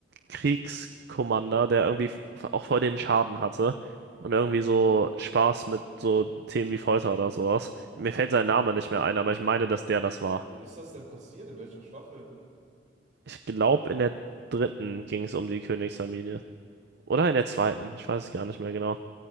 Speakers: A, on the right; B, on the right.
A: Kriegskommander, der irgendwie f- auch voll den Schaden hatte und irgendwie so Spaß mit so Themen wie Folter oder sowas. Mir fällt sein Name nicht mehr ein, aber ich meine, dass der das war.
B: Wo ist das denn passiert? In welcher Staffel?
A: Ich glaube, in der dritten ging es um die Königsfamilie. Oder in der zweiten, ich weiß es gar nicht mehr genau.